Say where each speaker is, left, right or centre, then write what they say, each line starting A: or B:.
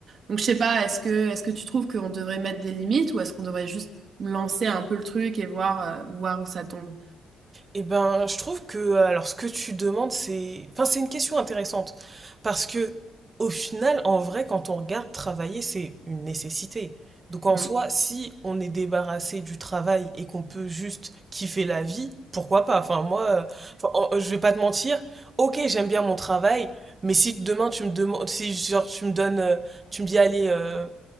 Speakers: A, on the right (about 50°); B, on the right (about 30°).
A: Donc, je sais pas, est-ce que, est-ce que tu trouves qu'on devrait mettre des limites ou est-ce qu'on devrait juste lancer un peu le truc et voir, euh, voir où ça tombe?
B: Eh ben, je trouve que euh, alors ce que tu demandes, c'est enfin c'est une question intéressante parce que au final, en vrai, quand on regarde travailler, c'est une nécessité. Donc en
A: Hmm.
B: soi, si on est débarrassé du travail et qu'on peut juste kiffer la vie, pourquoi pas? Enfin moi, euh, enfin, en- je vais pas te mentir. Ok, j'aime bien mon travail, mais si demain tu me demandes, si genre tu me donnes, euh, tu me dis allez euh,